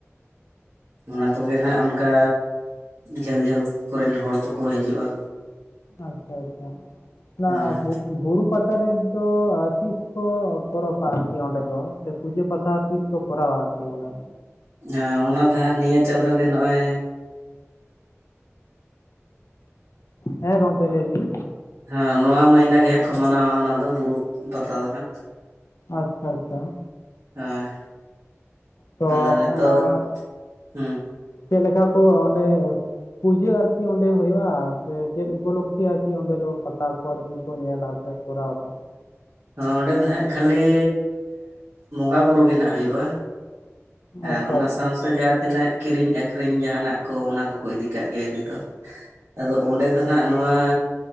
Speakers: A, on the right; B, on the left.
A: ᱚᱱᱟ ᱠᱚᱜᱮ ᱱᱟᱜ ᱚᱱᱠᱟ ᱡᱷᱟᱹᱞ ᱡᱷᱟᱹᱞ ᱠᱚᱨᱮᱱ ᱦᱚᱲ ᱠᱚᱠᱚ ᱦᱤᱡᱩᱜᱼᱟ
B: ᱟᱪᱷᱟ ᱟᱪᱷᱟ ᱚᱱᱟ
A: ᱦᱮᱸ
B: ᱟᱵᱩ- ᱵᱩᱨᱩ ᱯᱟᱛᱟ ᱨᱮᱫᱚ ᱛᱤᱥ ᱠᱚ ᱯᱚᱨᱚᱵᱟ ᱟᱨᱠᱤ ᱚᱸᱰᱮ ᱫᱚ ᱥᱮ ᱯᱩᱡᱟᱹ ᱯᱟᱥᱟ ᱛᱤᱥ ᱠᱚ ᱠᱚᱨᱟᱣᱟ ᱟᱨᱠᱤ ᱚᱱᱟ
A: ᱦ ᱚᱱᱟ ᱫᱚ ᱦᱟᱸᱜ ᱱᱤᱭᱟᱹ ᱪᱟᱸᱫᱳ ᱜᱮ ᱱᱚᱜᱼᱚᱭ
B: ᱦᱮᱸ ᱜᱚᱢᱠᱮ ᱞᱟᱹᱭ ᱵᱤᱱ
A: ᱦᱮᱸ ᱱᱚᱣᱟ ᱢᱟᱹᱭᱱᱟᱹ ᱜᱮ ᱦᱟᱸᱜ ᱠᱚ ᱢᱟᱱᱟᱣᱟ ᱚᱱᱟ ᱫᱚ ᱵᱩᱨᱩ ᱯᱟᱛᱟ ᱫᱚ ᱦᱟᱸᱜ᱾
B: ᱟᱪᱪᱷᱟ ᱟᱪᱪᱷᱟ
A: ᱦᱳᱭ
B: ᱛᱚ
A: ᱟᱫᱚ ᱱᱤᱛᱳ
B: ᱚᱱᱟ
A: ᱦᱮᱸ
B: ᱪᱮᱫ ᱞᱮᱠᱟ ᱠᱚ ᱚᱰᱮ ᱯᱩᱡᱟᱹ ᱟᱨᱠᱤ ᱚᱸᱰᱮ ᱦᱩᱭᱳᱼᱟ ᱥᱮ ᱪᱮᱫ ᱩᱯᱚᱞᱚᱠᱠᱷᱮ ᱟᱨᱠᱤ ᱚᱸᱰᱮ ᱫᱚ ᱯᱟᱛᱟ ᱠᱤ ᱠᱚ ᱧᱮᱞᱟ ᱥᱮ ᱠᱚᱨᱟᱣ
A: ᱚᱸᱰᱮ ᱫᱚ ᱦᱟᱸᱜ ᱠᱷᱟᱹᱞᱤ ᱵᱚᱸᱜᱟ ᱵᱩᱨᱩ ᱜᱮ ᱱᱟᱜ ᱦᱩᱭᱩᱜᱼᱟ᱾
B: ᱟᱪᱪᱷᱟ
A: ᱟᱨ ᱚᱱᱟ
B: ᱟᱪᱪᱷᱟ
A: ᱥᱟᱶᱻᱥᱟᱶ ᱡᱟᱛ ᱮᱱᱟᱹᱜ ᱠᱤᱨᱤᱧ ᱟᱠᱷᱨᱤᱧ ᱡᱟᱦᱟᱱᱟᱜ ᱠᱚ ᱚᱱᱟ ᱠᱚᱻᱠᱚ ᱤᱫᱤ ᱠᱟᱜ ᱜᱮᱭᱟ ᱤᱫᱤ ᱫᱚᱻ ᱟᱫᱚ ᱚᱸᱰᱮ ᱫᱚᱱ ᱦᱟᱸᱜ ᱱᱚᱣᱟ